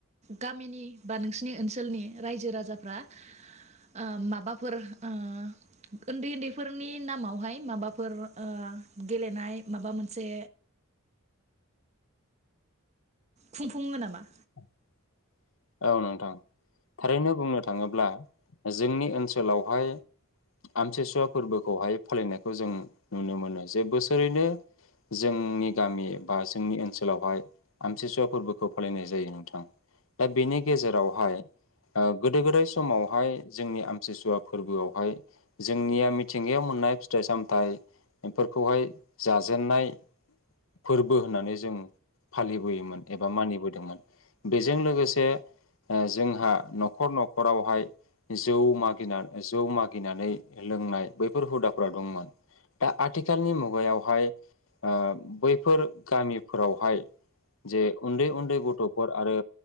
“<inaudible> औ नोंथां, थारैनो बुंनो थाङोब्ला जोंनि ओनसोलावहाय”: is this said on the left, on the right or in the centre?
Left